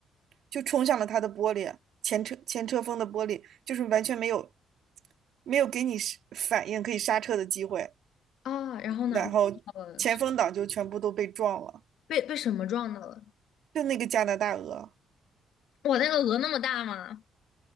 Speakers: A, on the right; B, on the left.
A: 就冲向了它的玻璃，前车前车风的玻璃，就是完全没有没有给你是反应可以刹车的机会，
B: 啊，然后呢，
A: 然后前风挡就全部都被撞了，
B: 撞到了是被被什么撞到了？
A: 就那个加拿大鹅，
B: 我那个鹅那么大吗？